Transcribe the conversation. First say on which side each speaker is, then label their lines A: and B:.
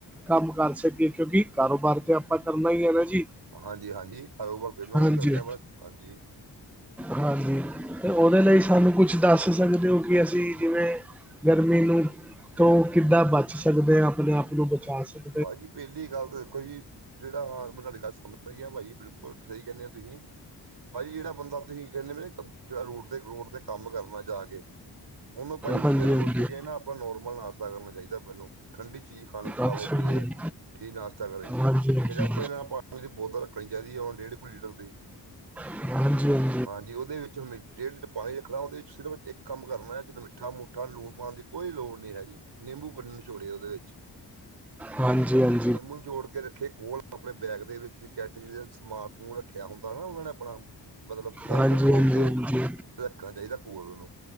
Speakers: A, in the centre; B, on the right.
A: ਕੰਮ ਕਰ ਸਕੀਏ ਕਿਉਂਕਿ ਕਾਰੋਬਾਰ ਤੇ ਆਪਾਂ ਕਰਨਾ ਈ ਆ ਨਾ ਜੀ।
B: ਹਾਂਜੀ-ਹਾਂਜੀ, <unintelligible> ਪਹਿਲੋਂ ਹੀ
A: ਹਾਂਜੀ
B: ਕਰਨੇ ਮੈਂ ਹਾਂਜੀ
A: ਹਾਂਜੀ, ਤੇ ਉਹਦੇ ਲਈ ਸਾਨੂੰ ਕੁਛ ਦੱਸ ਸਕਦੇ ਓ ਕਿ ਅਸੀਂ ਜਿਵੇਂ ਗਰਮੀ ਨੂੰ ਤੋਂ ਕਿੱਦਾਂ ਬਚ ਸਕਦੇ ਆ ਆਪਣੇ ਆਪ ਨੂੰ ਬਚਾ ਸਕ
B: ਭਾਜੀ ਪਹਿਲੀ ਗੱਲ ਤਾਂ ਦੇਖੋ ਜੀ ਜਿਹੜਾ ਹਾਂ ਮੈਂ ਤੁਹਾਡੀ ਗੱਲ ਸਮਝ ਭਾਜੀ ਬਿਲਕੁਲ ਸਹੀ ਕਹਿੰਦੇ ਤੁਸੀਂ। ਭਾਜੀ ਜਿਹੜਾ ਬੰਦਾ ਤੁਸੀਂ ਕਹਿੰਦੇ ਵੀ ਰੋਡ ਤੇ ਰੋਡ ਤੇ ਕੰਮ ਕਰਨਾ ਜਾ ਕੇ ਉਹਨੂੰ ਭਾਈ
A: ਹਾਂਜੀ
B: ਸਵੇਰੇ
A: ਹਾਂਜੀ
B: ਉੱਠ ਕੇ ਨਾ ਆਪਣਾ ਨੋਰਮਲ ਨਾਸ਼ਤਾ ਕਰਨਾ ਚਾਹੀਦਾ ਆਪਾਂ ਨੂੰ ਠੰਡੀ ਚੀਜ਼ ਖਾਣੀ ਖਾਵੇ
A: ਅੱਛਾ
B: ਵੀ
A: ਜੀ
B: ਐ ਠੀਕ ਨਾਸ਼ਤਾ ਕਰੇ
A: ਹਾਂਜੀ ਹਾਂਜੀ ਹਾਂਜੀ
B: ਫੇਰ ਆਪਣੇ ਨਾਲ ਪਾਣੀ ਦੀ ਬੋਤਲ ਰੱਖਣੀ ਚਾਹੀਦੀ ਐ ਹੁਣ ਡੇਢ ਕੁ ਲੀਟਰ ਦੀ।
A: ਹਾਂਜੀ-ਹਾਂਜੀ,
B: ਹਾਂਜੀ, ਉਹਦੇ ਵਿੱਚ ਡੇਢ ਡੇਢ ਪਾਣੀ ਰੱਖਣਾ ਉਹਦੇ ਵਿੱਚ ਸਿਰਫ ਇੱਕ ਕੰਮ ਕਰਨਾ ਜਦੋਂ ਮਿੱਠਾ ਮੁੱਠਾ ਲੂਣ ਪਾਣ ਦੀ। ਕੋਈ ਲੋੜ ਨਹੀਂ ਹੈਗੀ ਨਿੰਬੂ ਨਿਚੋੜੇ ਉਹਦੇ ਵਿੱਚ।
A: ਹਾਂਜੀ-ਹਾਂਜੀ,
B: ਨਿੰਮੂ ਨਿਚੋੜ ਕੇ ਰੱਖੇ ਕੋਲ ਆਪਣੇ ਬੈਗ ਦੇ ਵਿੱਚ। ਕੈਟਰੀ ਸਮਾਨ ਸਮੂਨ ਰੱਖਿਆ ਹੁੰਦਾ ਨਾ ਉਹਨਾਂ ਨੇ ਆਪਣਾ ਮਤਲਬ ਸਪਲਾਈ
A: ਹਾਂਜੀ
B: ਕਰਨ ਵਾਸਤੇ
A: ਹਾਂਜੀ ਹਾਂਜੀ
B: ਰੱਖਣਾ ਚਾਹੀਦਾ ਕੋਲ ਉਹਨੂੰ